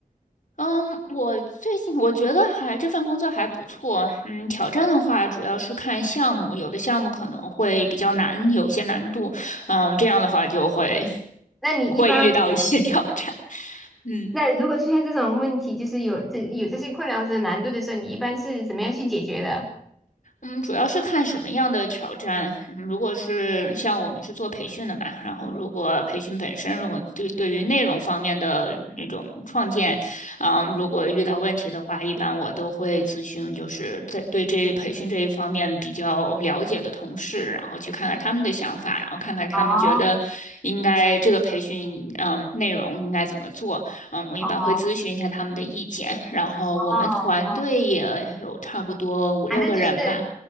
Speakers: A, on the left (about 60°); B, in the centre.
A: 嗯，我最近我觉得还这份工作还不错。嗯，挑战的话主要是看项目，有的项目可能会比较难，有些难度。嗯，这样的话就会
B: 那你一般，
A: 会遇到一些挑战。<laughs> 嗯。
B: 那如果出现这种问题，就是有这有这些困难或者难度的时候，你一般是怎么样去解决的？
A: 嗯，主要是看什么样的挑战。嗯如果是像我们是做培训的嘛，然后如果培训本身，如果对对于内容方面的那种创建，啊，如果遇到问题的话，一般我都会咨询，就是在对这培训这一方面比较了解的同事，然后去看看他们的想法，然后看看他们觉得应该这个培训，
B: 哦
A: 嗯，内容应该怎么做。嗯，我一般会咨询一下他们的意见。
B: 哦
A: 然后我们团队也有差不多五六个人吧。
B: 哦，反正就是